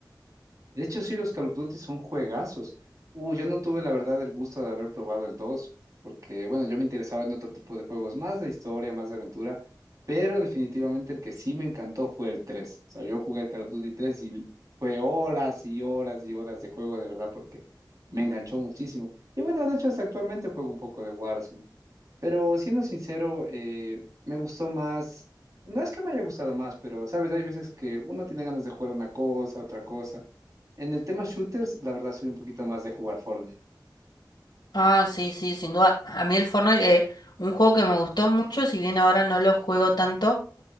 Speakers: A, on the right (about 50°); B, on the left (about 75°).
A: De hecho, sí, los Call of Duty son juegazos. Uh, yo no tuve la verdad el gusto de haber probado el 2 porque bueno, yo me interesaba en otro tipo de juegos, más de historia, más de aventura, pero definitivamente el que sí me encantó fue el 3. O sea, yo jugué el Call of Duty 3 y fue horas y horas y horas de juego, de verdad, porque me enganchó muchísimo. Y bueno, de hecho, hasta actualmente juego un poco de Warzone. Pero siendo sincero, eh, me gustó más. No es que me haya gustado más, pero sabes, hay veces que uno tiene ganas de jugar una cosa, otra cosa. En el tema shooters, la verdad soy un poquito más de jugar Fortnite.
B: Ah, sí, sí, sin duda. A mí el Fortnite, eh, un juego que me gustó mucho, si bien ahora no lo juego tanto,